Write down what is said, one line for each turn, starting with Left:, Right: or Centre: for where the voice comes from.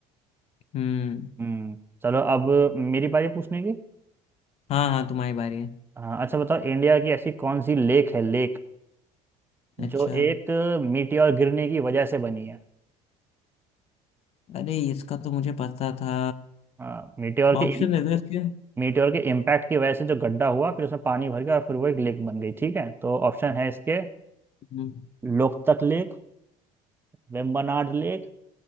Left: हम्म,
Right: हम्म चलो अब मेरी बारी है पूछने की
Left: हाँ हाँ तुम्हारी बारी है
Right: हाँ अच्छा बताओ इंडिया की ऐसी कौन सी लेक है लेक
Left: अच्छा
Right: जो एक मीटियोर गिरने की वजह से बनी है
Left: अरे इसका तो मुझे पता था
Right: हाँ मीटियोर के
Left: ऑप्शन दे दो इसके
Right: मीटियोर के इम्पैक्ट की वजह से जो गड्ढा हुआ फिर उसमें पानी भर गया और फिर वो एक लेक बन गई ठीक है तो ऑप्शन है इसके
Left: हम्म,
Right: Loktak lake Vembanad lake